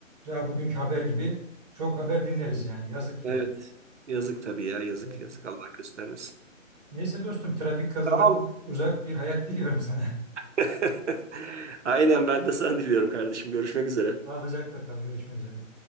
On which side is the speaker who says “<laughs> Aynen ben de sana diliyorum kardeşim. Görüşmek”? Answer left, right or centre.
Right